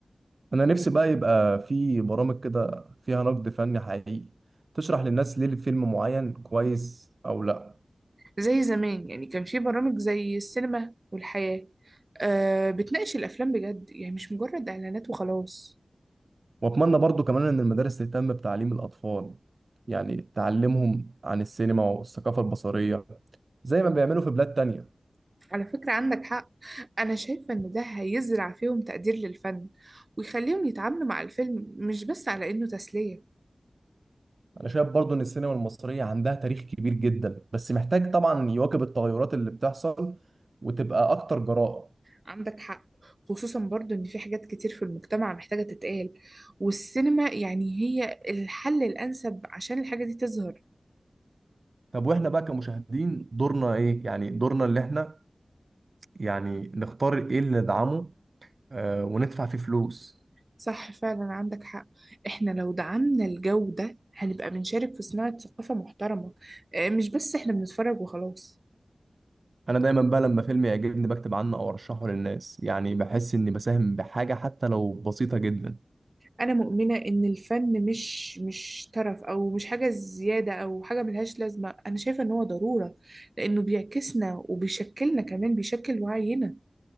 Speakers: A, on the right; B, on the right.
A: انا نفسي بقى يبقى في برامج كده فيها نقد فني حقيقي تشرح للناس ليه الفيلم معين كويس او لا
B: زي زمان يعني كان في برامج زي السينما والحياة آه بتناقش الأفلام بجد يعني مش مجرد إعلانات وخلاص
A: واتمنى برضو كمان ان المدارس تهتم بتعليم الاطفال يعني تعلمهم عن السينما والثقافة البصرية زي ما بيعملوا في بلاد تانية
B: على فكرة عندك حق أنا شايفة إن ده هيزرع فيهم تقدير للفن ويخليهم يتعاملوا مع الفيلم مش بس على إنه تسلية
A: انا شايف برضو ان السينما المصريه عندها تاريخ كبير جدا بس محتاج طبعا يواكب التغيرات اللي بتحصل وتبقى اكتر جراءه
B: عندك حق خصوصا برضو إن في حاجات كتير في المجتمع محتاجة تتقال والسينما يعني هي الحل الأنسب عشان الحاجة دي تظهر
A: طب واحنا بقى كمشاهدين دورنا ايه يعني دورنا اللي احنا يعني نختار ايه اللي ندعمه آه وندفع فيه فلوس
B: صح فعلا عندك حق احنا لو دعمنا الجو ده هنبقى بنشارك في صناعة ثقافة محترمة آه، مش بس احنا بنتفرج وخلاص
A: انا دايما بقى لما فيلم يعجبني بكتب عنه او ارشحه للناس يعني بحس اني بساهم بحاجه حتى لو بسيطه جدا
B: انا مؤمنة ان الفن مش مش ترف او مش حاجة زيادة او حاجة ملهاش لازمة انا شايفة ان هو ضرورة لانه بيعكسنا وبيشكلنا كمان بيشكل وعينا